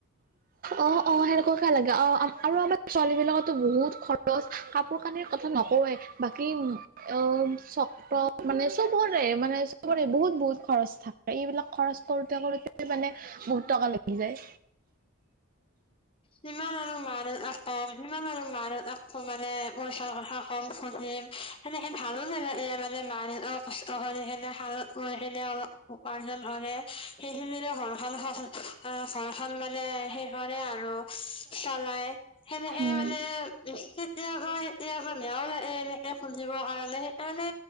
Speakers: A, on the right (about 40°); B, on the left (about 25°).
A: অ', অ', সেনেকুৱাকে লাগে অ, আ-আৰু আমাৰ ছোৱালী বিলাকৰতো বহুত খৰচ, কাপোৰ। আমি কথা নকওৱে। বা কি উম <unintelligible> মানে চবৰে, মানে চবৰে বহুত বহুত খৰচ থাকে। এইবিলাক খৰচ কৰোতে কৰোতে মানে, বহুত টকা লাগি যায়।
B: কিমান আৰু মা দেউতাক কম। কিমান আৰু মা দেউতাক <unintelligible> মানে পইচাৰ কথা কম, শুধিম সেনেকে ভালো নাগালে মানে মা দেউতাক। কষ্ট কৰি কিনে শালত বহি <unintelligible> অলপ উপাৰ্জন হলে সেইখিনিৰে ঘৰ খন <unintelligible> ঘৰখন মানে সেই। ধৰে আৰু চলাই সেনেহে
A: উম,
B: মানে খেতিয়ক কেতিয়াবা বেয়াও লাগে এনেকে খুজিবৰ কাৰণে সেইকাৰণে